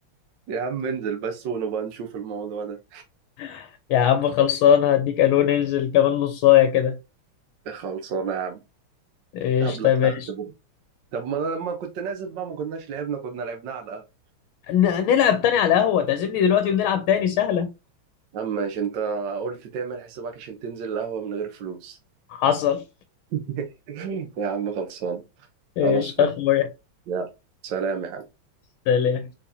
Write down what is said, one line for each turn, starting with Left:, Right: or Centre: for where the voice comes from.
Right: يا عم انزل بس ونبقى نشوف الموضوع ده
Left: <laughs> يا عم خلصان هديك ألو ننزل كمان نصاية كده
Right: خلصانة يا عم
Left: إيش
Right: قبلك
Left: طيب
Right: تحت
Left: إيش
Right: طب ما انا لما كنت نازل بقى ما كناش لعبنا كنا لعبناه على القهوة
Left: ن- نلعب تاني على القهوة تعزمني دلوقتي ونلعب تاني سهلة
Right: اما عشان انت قلت تعمل حسابك عشان تنزل القهوة من غير فلوس
Left: حصل
Right: <laughs> يا عم خلصان
Left: ايش
Right: خلاص فل
Left: اخويا
Right: يلا سلام يا عم
Left: سلام